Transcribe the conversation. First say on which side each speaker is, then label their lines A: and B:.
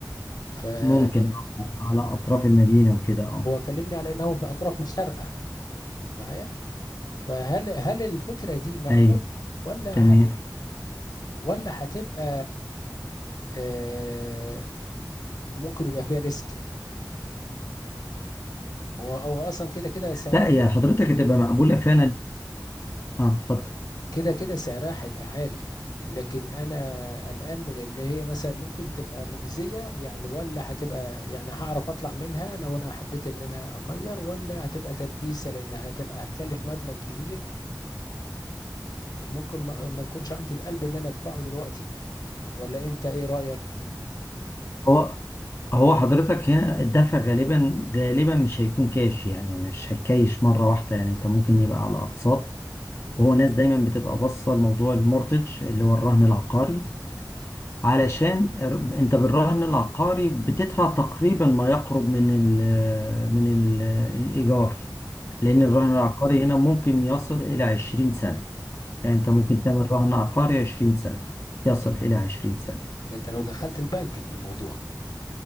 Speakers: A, on the left; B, on the left.
A: فهو
B: ممكن على أطراف المدينة وكده اه
A: كلمني على انه في اطراف الشارقه معايا فهل هل الفكره دي مقبوله
B: أيوه
A: ولا
B: تمام
A: هتبقى ولا هتبقى آه، ممكن يبقى فيها ريسك هو هو اصلا كده كده سعرها
B: لا يا حضرتك هتبقى مقبولة فعلا اه اتفضل
A: كده كده سعرها هيبقى عالي لكن انا قلقان من ان هي مثلا ممكن تبقى مجزية يعني ولا هتبقى يعني هعرف اطلع منها لو انا حبيت ان انا اغير ولا هتبقى تدبيسة لانها هتبقى هتكلف مبلغ كبير ممكن ما, ما يكونش عندي القلب ان انا ادفعه دلوقتي ولا انت ايه رأيك
B: هو هو حضرتك هنا الدفع غالبا غالبا مش هيكون كاش يعني مش هتكايش مرة واحدة يعني انت ممكن يبقى على اقساط وهو ناس دايما بتبقى باصة لموضوع المورتج اللي هو الرهن العقاري علشان ال- انت بالرهن العقاري بتدفع تقريبا ما يقرب من ال من ال الايجار لان
A: مم.
B: الرهن العقاري هنا ممكن يصل الى 20 سنة يعني انت
A: ده
B: ممكن تعمل رهن عقاري 20 سنة يصل الى 20 سنة
A: ده انت لو دخلت البنك في الموضوع